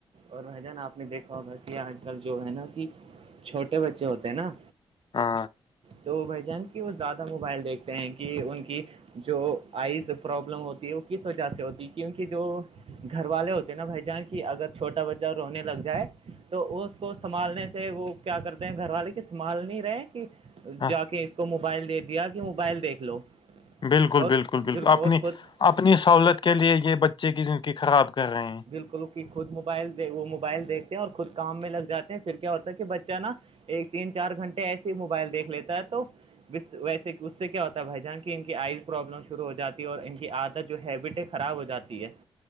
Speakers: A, on the right; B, on the left.
A: اور بھ جانا آپ نے دیکھا ہوگا کہ آج کل جو ہے نا کہ چھوٹے بچے ہوتے ہیں نا
B: ہاں
A: تو وہ بائی جان کہ وہ زیادہ موبائل دیکھ ہیں کہ ان کی جو آئیز پرابلم ہوتی ہے وہ کس وجہ سے ہوتی کیونکہ جو گھر والے ہوتے ہیں نا بھائی جان کی اگر چھوٹا بچہ رونے لگ جائے تو اس کو سنبھالنے سے وہ کیا کرتے ہیں گھر والے کی سنبھال نہیں رہے
B: ہاں
A: جا کے اس کو موبائل دے دیا کہ موبائل دیکھ لو
B: بالکل
A: اور
B: بالکل بالکل اپنی
A: اور خود
B: اپنی سہولت کے لیے یہ بچے کی زندگی خراب کر رہے ہیں
A: بالکل کہ خود موبائل دے وہ موبائل دیکھتے ہیں اور خود کام میں لگ جاتے ہیں پھر کیا ہوتا ہے کہ بچہ نا ایک تین چار گھنٹے ایسے ہی موبائل دیکھ لیتا ہے تو ویسے اس سے کیا ہوتا ہے بھائی جان کی ان کی آئز پرابلم شروع ہو جاتی ہے اور ان کی آدھا جو ہیبٹ ہے خراب ہو جاتی ہے